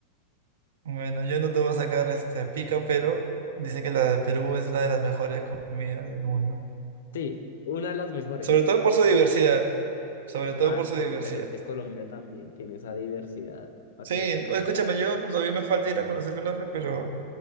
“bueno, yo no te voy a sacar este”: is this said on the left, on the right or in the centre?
Right